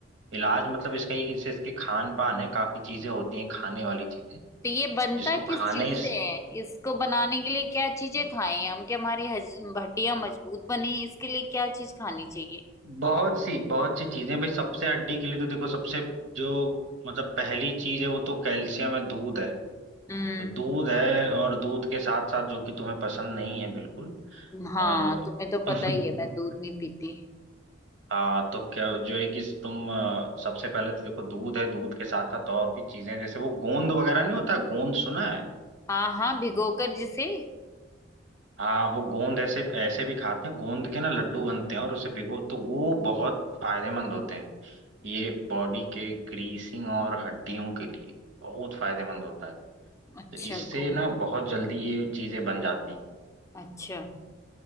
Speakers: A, on the right; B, on the left.
A: इलाज मतलब इसका ये कि इससे इसके खान पान है काफी चीजें होती हैं खाने वाली चीजें
B: तो ये बनता
A: जिसको
B: किस
A: खाने
B: चीज से
A: से-
B: है इसको बनाने के लिए क्या चीजें खाएं हम कि हमारी हज- हड्डियां मजबूत बने इसके लिए क्या चीज खानी चाहिए
A: बहुत सी बहुत सी चीजें भाई सबसे हड्डी के लिए तो देखो सबसे जो मतलब पहली चीज है वो तो कैल्शियम है दूध है
B: हम्म
A: तो दूध है और दूध के साथ साथ जो कि तुम्हें पसंद नहीं है बिल्कुल
B: हाँ
A: और
B: तुम्हें तो
A: <laughs>
B: पता ही है मैं दूध नहीं पीती
A: हाँ तो क्या जो है कि तुम अ, सबसे पहले तो देखो दूध है दूध के साथ साथ और भी चीजें जैसे वो गोंद वगैरह नहीं होता गोंद सुना है
B: हाँ हाँ भिगोकर जिसे
A: हाँ वो गोंद ऐसे ऐसे भी खाते हैं गोंद के ना लड्डू बनते हैं और उसे भिगो तो वो बहुत फायदेमंद होते हैं ये बॉडी के ग्रीसिंग और हड्डियों के लिए बहुत फायदेमंद होता है
B: अच्छा
A: तो इससे
B: गुम
A: ना बहुत जल्दी ये चीजें बन जाती हैं
B: अच्छा